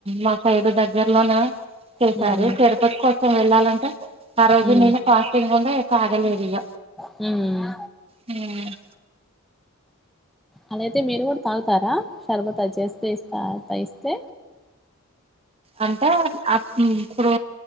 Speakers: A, on the right; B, in the centre.
A: మా సైడు దగ్గర్లోనా చేసారు
B: హ్మ్
A: షర్పథ్ కోసం వెళ్ళాలంటే ఆ రోజు
B: హ్మ్
A: నేను ఫాస్టింగ్ ఉండి తాగలేదు ఇగ
B: హ్మ్
A: హ్మ్
B: అదయితే మీరు కూడా తాగుతారా షర్బతచ్చేస్తేస్తా ఇస్తే
A: అంటే అప్ ఇప్పుడు